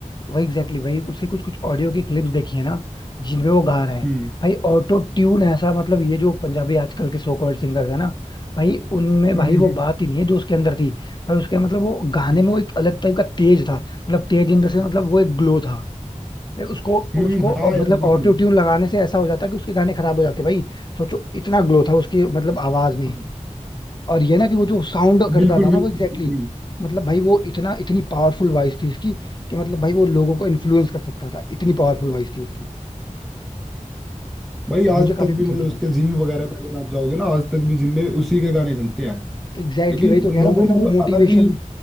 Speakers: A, on the left (about 35°); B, in the centre.
A: वही एग्जैक्टली exactly, वही उसके कुछ कुछ ऑडियो की क्लिप्स देखी है ना जिनमें वो गा रहा है
B: हम्म
A: भाई ऑटो ट्यून ऐसा मतलब ये जो पंजाबी आजकल के सो कॉल्ड सिंगर है ना भाई उनमें
B: हम्म
A: भाई वो
B: हम्म
A: बात ही नहीं है जो उसके अंदर थी भाई उसके मतलब वो गाने
B: हम्म,
A: में वो एक अलग टाइप का तेज था मतलब तेज इन द सेंस मतलब वो एक ग्लो था भाई उसको
B: हम्म,
A: उसको
B: हाँ
A: अ,
B: यार
A: मतलब
B: बिल्कुल
A: ऑटो ट्यून लगाने से ऐसा हो जाता कि उसके गाने खराब हो जाते भाई सोचो इतना ग्लो था उसकी मतलब आवाज में
B: हाँ,
A: और ये ना कि वो जो साउंड करता
B: बिल्कुल
A: था ना
B: बिल्कुल
A: वो एग्जैक्टली
B: बिल्कुल
A: exactly, मतलब भाई वो इतना इतनी पावरफुल वॉइस थी इसकी कि मतलब भाई वो लोगों को इन्फ्लुएंस कर सकता था इतनी पावरफुल वॉइस थी उसकी
B: भाई आज
A: मुझे
B: तक
A: काफी
B: भी
A: पसंद
B: मतलब
A: था
B: उसके
A: भाई
B: जिम वगैरह में अगर आप जाओगे ना आज तक भी जिम में उसी के गाने चलते हैं
A: एग्जैक्टली exactly
B: क्योंकि
A: भाई तो कह
B: लोगों
A: रहा हूँ मतलब
B: में मतलब
A: वो मोटिवेशन
B: अलग ही